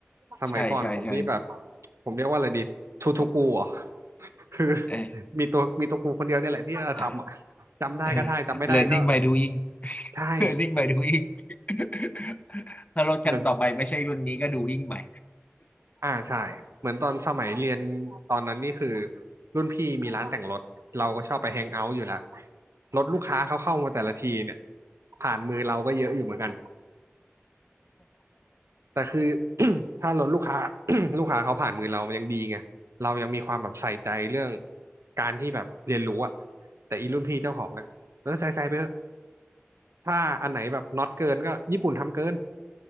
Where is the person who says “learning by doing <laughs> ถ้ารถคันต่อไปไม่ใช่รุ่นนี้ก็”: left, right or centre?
Left